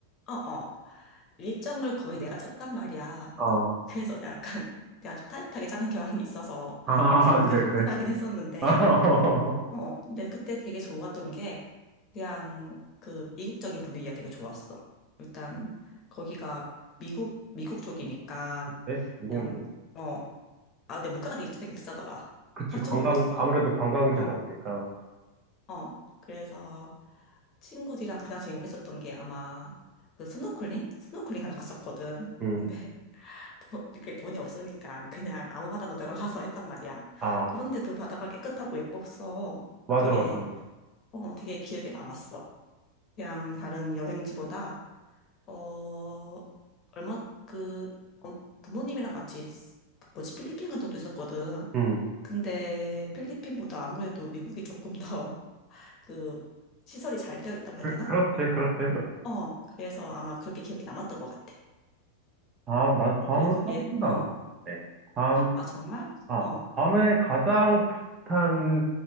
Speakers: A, on the left; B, on the right.
A: 어, 어. 일정을 거의 내가 짰단 말이야.
B: 어.
A: <laughs> 그래서 약간 내가 좀 타이트하게 짜는 경향이 있어서
B: 아, <laughs>
A: 친구들이
B: 아, 그래, 그래.
A: 힘들어하긴 했었는데,
B: 아, <laughs>
A: 어, 어. 근데 그때 되게 좋았던 게 그냥 그 이국적인 분위기가 되게 좋았어. 일단 거기가 미국 미국 쪽이니까
B: 네? 이공
A: 그냥 어, 아, 근데 물가가 되게 비싸긴 비싸더라.
B: 그치,
A: 깜짝
B: 관광,
A: 놀랐어.
B: 아무래도 관광지다
A: 어,
B: 보니까.
A: 어. 그래서 친구들이랑 가장 재밌었던 게 아마 그 스노클링? 스노클링 하러 갔었거든.
B: 음,
A: <laughs> 근데 돈- 그 돈이 없으니까 그냥 아무 바다나 들어가서 했단 말이야.
B: 아,
A: 그런데도 바다가 깨끗하고 예뻤어.
B: 맞아,
A: 그게
B: 맞아.
A: 어, 되게 기억에 남았어. 그냥 다른 여행지보다 어, 얼마, 그, 어, 부모님이랑 같이, 쓰- 그 뭐지, 필리핀 간 적도 있었거든.
B: 음,
A: 근데 필리핀보다 아무래도 미국이 조금 더 <laughs> 그, 시설이 잘 되어 있다고
B: 그,
A: 해야 되나?
B: 그렇지, 그렇지.
A: 어, 그래서 아마 그게 기억이 남았던 것 같아.
B: 괌, 난 괌은
A: 그리고 그게,
B: 한 번도
A: 어,
B: 안 가봤네.
A: 아, 정말?
B: 아,
A: 어,
B: 밤에 가장 비슷한